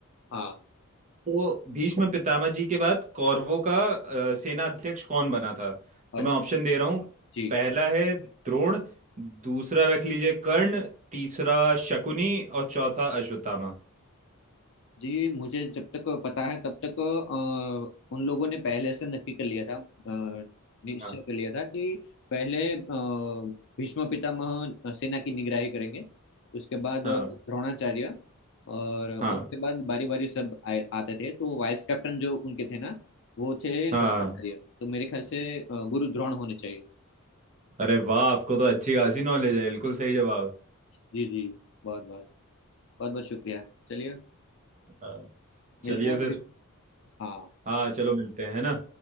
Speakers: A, on the left; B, on the right.
A: हाँ
B: तो भीष्म पितामह जी के बाद कौरवों का अ, सेना अध्यक्ष कौन बना था
A: अच्छा
B: तो मैं ऑप्शन दे रहा हूँ
A: जी
B: पहला है द्रोण दूसरा रख लीजिए कर्ण तीसरा शकुनी और चौथा अश्वत्थामा
A: जी मुझे जब तक पता है तब तक अ, उन लोगों ने पहले से नक्की कर लिया था अ, निश्चय
B: हाँ
A: कर लिया था कि पहले अ, भीष्म पितामह सेना की निगराही करेंगे उसके बाद
B: हाँ
A: द्रोणाचार्य और उसके
B: हाँ
A: बाद बारी बारी सब आए, आते थे तो वाइस कैप्टन जो उनके थे ना वो थे
B: हाँ
A: द्रोणाचार्य तो मेरे ख्याल से अ, गुरु द्रोण होने चाहिए
B: अरे वाह आपको तो अच्छी खासी नॉलेज है बिल्कुल सही जवाब
A: जी जी बहुत बहुत बहुत बहुत शुक्रिया चलिए
B: हाँ, चलिए
A: मिलते हैं
B: फिर
A: फिर हाँ
B: हाँ चलो मिलते हैं है ना